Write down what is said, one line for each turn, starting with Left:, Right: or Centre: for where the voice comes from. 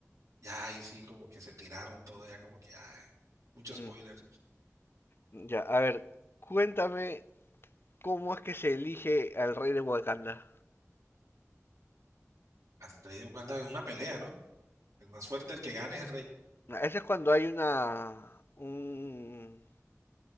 Right: Ya, y sí, como que se tiraron todo, ya como que, ay, mucho
Left: Mm,
Right: spoiler.
Left: Ya, a ver, cuéntame cómo es que se elige al rey de Wakanda.
Right: Han traído cuenta de una pelea, ¿no? El más fuerte, el que gane es el rey.
Left: Ah, Ese es cuando hay una un-